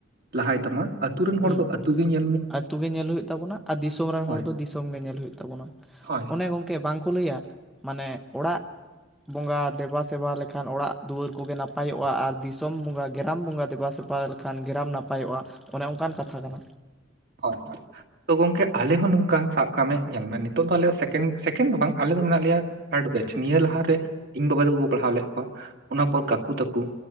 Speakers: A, on the right; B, in the centre.
A: ᱞᱟᱦᱟᱭ ᱛᱟᱢᱟ᱾ ᱦᱚᱲ
B: ᱦᱩᱸ
A: ᱫᱚ ᱟᱹᱛᱩ ᱜᱤ ᱧᱮᱜ ᱼᱼ
B: ᱟᱹᱛᱩ ᱜᱮ ᱧᱮᱞ ᱦᱩᱭᱩᱜ ᱛᱟᱵᱚᱱᱟ ᱟᱨ ᱫᱤᱥᱚᱢ ᱨᱮᱱ
A: ᱦᱳᱭ
B: ᱦᱚᱲ ᱫᱚ ᱫᱤᱥᱚᱢ ᱜᱮ ᱧᱮᱞ ᱦᱩᱭᱩᱜ ᱛᱟᱵᱚᱱᱟ
A: ᱦᱳᱭ
B: ᱚᱱᱮ ᱜᱚᱝᱼᱼ ᱠᱮ ᱵᱟᱝ ᱠᱚ ᱞᱟᱹᱭᱟ ᱢᱟᱱᱮ ᱚᱲᱟᱜᱼᱼ ᱵᱚᱸᱜᱟ ᱫᱮᱵᱟᱼᱥᱮᱵᱟ ᱞᱮᱠᱷᱟᱱ ᱚᱲᱟᱜ ᱫᱩᱣᱟᱹᱨ ᱠᱚᱜᱮ ᱱᱟᱯᱟᱭᱚᱜ-ᱟ ᱟᱨ ᱫᱤᱥᱚᱢ ᱵᱚᱸᱜᱟ ᱜᱮᱨᱟᱢ ᱵᱚᱸᱜᱟ ᱫᱮᱵᱟᱼ ᱥᱮᱵᱽᱼᱼ ᱵᱟ ᱞᱮᱠᱷᱟᱱ ᱜᱮᱨᱟᱢ ᱱᱟᱯᱟᱭᱚᱜ-ᱟ ᱚᱱᱮ ᱚᱱᱠᱟᱱ ᱠᱟᱛᱷᱟ ᱠᱟᱱᱟ᱾
A: ᱦᱚᱭ ᱦᱚᱭ᱾ ᱛᱚ ᱜᱚᱝᱠᱮ ᱟᱞᱮ ᱦᱚᱸ ᱱᱚᱝᱠᱟ ᱥᱟᱵ ᱠᱟᱜ ᱢᱮ ᱧᱮᱞ ᱢᱮ ᱱᱤᱛᱚᱜ ᱫᱚ ᱟᱞᱮ ᱥᱮᱠᱮᱱ ᱥᱮᱠᱮᱱᱰ ᱫᱚ ᱵᱟᱝ ᱟᱞᱮ ᱫᱚ ᱢᱮᱱᱟᱜ ᱞᱮᱭᱟᱼᱼ ᱦᱮᱰ ᱵᱮᱪ ᱱᱤᱭᱟᱹ ᱞᱟᱦᱟ ᱨᱮ ᱤᱧ ᱵᱟᱵᱟ ᱛᱟᱹᱠᱩ ᱠᱚ ᱯᱟᱲᱦᱟᱣ ᱞᱮᱜ ᱠᱚᱣᱟ ᱚᱱᱟ ᱯᱚᱨ ᱠᱟᱠᱩ ᱛᱟᱹᱠᱩ᱾